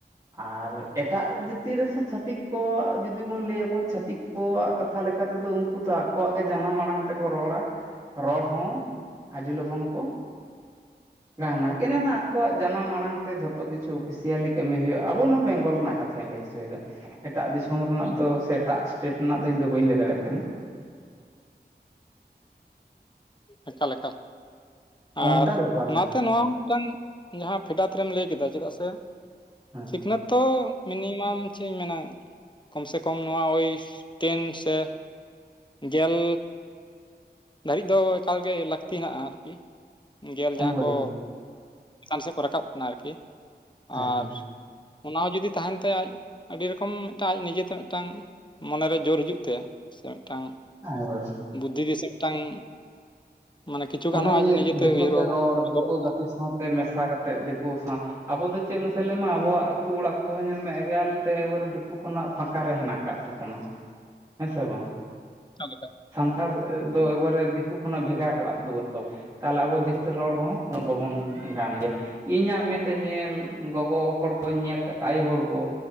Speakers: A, on the right (about 20°); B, on the left (about 25°).
A: ᱟᱨ ᱮᱴᱟᱜ ᱡᱟᱹᱛᱤ ᱨᱮ ᱥᱮ ᱪᱷᱟᱹᱛᱤᱠ ᱠᱚ, ᱡᱩᱫᱤ ᱵᱚᱱ ᱞᱟᱹᱭᱟᱵᱚᱱ ᱪᱷᱟᱟᱹᱛᱤᱠ ᱟᱠᱚᱣᱟᱜ ᱠᱟᱛᱷᱟ ᱞᱮᱠᱟ ᱛᱮᱫᱚ ᱩᱱᱠᱩ ᱫᱚ ᱟᱠᱚ ᱟᱠᱚᱣᱟᱜ ᱜᱮ ᱡᱟᱱᱟᱢ ᱟᱲᱟᱝ ᱛᱮᱠᱚ ᱨᱚᱲᱟ, ᱨᱚᱲ ᱦᱚᱸ ᱟᱹᱰᱤ ᱞᱚᱜᱚᱱ ᱠᱚ <inaudible> ᱜᱟᱱᱟ ᱠᱮᱱᱮ ᱱᱟ ᱟᱠᱚᱣᱟᱜ ᱡᱟᱱᱟᱢ ᱟᱲᱟᱝ ᱛᱮ, ᱡᱷᱚᱛᱚ ᱠᱤᱪᱷᱩ ᱚᱯᱷᱤᱥᱤᱭᱟᱞᱤ ᱠᱟᱹᱢᱤ ᱦᱩᱭᱩᱜᱼᱟ, ᱟᱵᱚ ᱱᱚᱣᱟ ᱵᱮᱝᱜᱚᱞ ᱨᱮᱱᱟᱜ ᱠᱟᱛᱷᱟ᱾ ᱠᱟᱛᱷᱟᱧ ᱞᱟᱹᱭ ᱦᱚᱪᱚᱭᱮᱫᱟ, ᱮᱴᱟᱜ ᱫᱤᱥᱚᱢ ᱨᱮᱱᱟᱜ ᱫᱚ, ᱥᱮ ᱮᱴᱟᱜ ᱥᱴᱮᱴ ᱨᱮᱱᱟᱜ ᱫᱚ ᱤᱧ ᱫᱚ ᱵᱟᱹᱧ ᱞᱟᱹᱭ ᱫᱟᱲᱮᱜ ᱠᱟᱱᱟ᱾
B: ᱮᱠᱟᱞ-ᱮᱠᱟᱞ
A: ᱚᱱᱠᱟ
B: ᱟᱨ
A: ᱵᱮᱯᱟᱨ
B: ᱚᱱᱟᱛᱮ
A: ᱠᱟᱱᱟ
B: ᱱᱚᱣᱟ ᱢᱤᱫᱴᱟᱝ ᱡᱟᱦᱟᱸ ᱯᱷᱮᱰᱟᱛ ᱨᱮᱢ ᱞᱟᱹᱭ ᱠᱮᱫᱟ, ᱪᱮᱫᱟᱜ ᱥᱮ
A: ᱦᱮᱸ
B: ᱥᱤᱠᱷᱱᱟᱹᱛᱚ ᱢᱤᱱᱤᱢᱟᱢ ᱪᱮᱫ ᱤᱧ ᱢᱮᱱᱟ ᱠᱚᱢ ᱥᱮ ᱠᱚᱢ ᱱᱚᱣᱟ, ᱳᱭ ᱴᱮᱱ ᱥᱮ ᱜᱮᱞ ᱫᱷᱟᱹᱨᱤᱡ ᱫᱚ ᱮᱠᱟᱞᱜᱮ, ᱞᱟᱹᱠᱛᱤ ᱦᱮᱱᱟᱜᱼᱟ ᱟᱨᱠᱤ ᱜᱮᱞ ᱡᱟᱦᱟᱸ
A: ᱮᱠᱵᱟᱨᱮ
B: ᱠᱚ ᱪᱮᱛᱟᱱ ᱥᱮᱫ ᱠᱚ ᱨᱟᱠᱟᱵ ᱠᱟᱱᱟ ᱟᱨᱠᱤ,
A: ᱦᱮᱸ
B: ᱟᱨ
A: ᱦᱮᱸ
B: ᱚᱱᱟ ᱦᱚᱸ ᱡᱩᱫᱤ ᱛᱟᱦᱮᱱ ᱛᱟᱭᱟ ᱟᱡ ᱟᱹᱰᱤ ᱨᱚᱠᱚᱢ ᱢᱤᱫᱴᱟᱝ ᱟᱡ ᱱᱤᱡᱮᱛᱮ, ᱢᱤᱫᱴᱟᱝ ᱢᱚᱱᱮᱨᱮ ᱡᱳᱨ ᱦᱤᱡᱩᱜ ᱛᱟᱭᱟ ᱥᱮ ᱢᱤᱫᱴᱟᱝ
A: ᱦ <unintelligible> <unintelligible>
B: ᱵᱩᱫᱽᱫᱷᱤ ᱫᱤᱥᱟᱹ ᱢᱤᱫᱴᱟᱝ ᱢᱟᱱᱮ ᱠᱤᱪᱷᱩ ᱜᱟᱱ
A: ᱚᱱᱮ
B: ᱦᱚᱸ
A: ᱡᱮ
B: ᱟᱡ ᱱᱤᱡᱮᱛᱮ
A: ᱫᱮᱠᱳ
B: ᱩᱭᱦᱟᱹᱨ
A: ᱛᱮ ᱨᱚᱲ
B: ᱵᱷᱟᱵᱽᱱᱟ
A: ᱫᱮᱠᱳ ᱜᱟᱛᱮ, ᱥᱟᱶᱛᱮ ᱢᱮᱥᱟ ᱠᱟᱛᱮᱜ ᱫᱮᱠᱳ ᱥᱟᱶ ᱟᱵᱚ ᱫᱚ ᱪᱮᱫ ᱢᱟᱥᱮ ᱞᱟᱹᱭ ᱢᱮ, ᱟᱵᱚᱣᱟᱜ ᱟᱹᱛᱩ ᱚᱲᱟᱜ ᱠᱚᱦᱚᱸ ᱧᱮᱞ ᱢᱮ, ᱮᱜᱮᱞ ᱛᱮ ᱮᱠᱵᱟᱨᱮ ᱫᱤᱠᱩ ᱠᱷᱱᱟᱜ ᱯᱷᱟᱸᱠᱟ ᱨᱮ ᱦᱮᱱᱟᱜ ᱠᱟᱫ ᱛᱷᱚᱯᱚᱱᱟ ᱦᱮᱸ ᱥᱮ ᱵᱟᱝ?
B: ᱚᱠᱟ ᱞᱮᱠᱟ?
A: ᱥᱟᱱᱛᱟᱲ ᱫᱚ ᱮᱠᱵᱟᱨᱮ ᱫᱮᱠᱩ ᱠᱷᱚᱱᱟᱜ ᱵᱷᱮᱜᱟᱨ ᱚᱲᱟᱜ ᱫᱩᱣᱟᱹᱨ ᱛᱟᱵᱚᱱ᱾ ᱛᱟᱦᱚᱞᱮ ᱟᱵᱚ ᱫᱮᱠᱳ ᱛᱮ ᱨᱚᱲ ᱦᱚᱸ, ᱩᱱᱟᱹᱜ ᱵᱟᱵᱚᱱ ᱜᱟᱱ ᱜᱮᱭᱟ᱾ ᱤᱧᱟᱹᱜ ᱢᱮᱫ ᱛᱮ ᱧᱮᱞ, ᱜᱚᱜᱚ ᱦᱚᱲ ᱠᱚᱧ ᱧᱮᱞ ᱠᱟᱜ ᱠᱚ ᱟᱭᱳ ᱦᱚᱲ ᱠᱚ